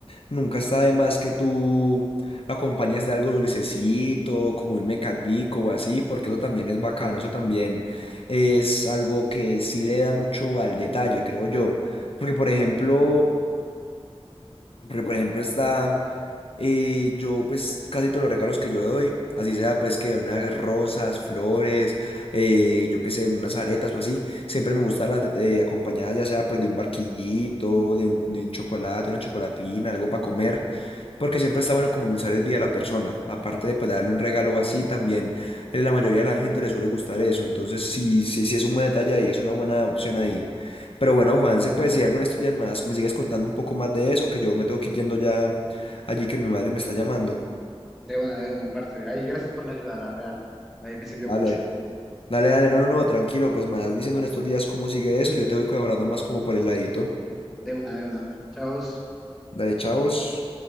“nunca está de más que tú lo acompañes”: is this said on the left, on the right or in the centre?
Left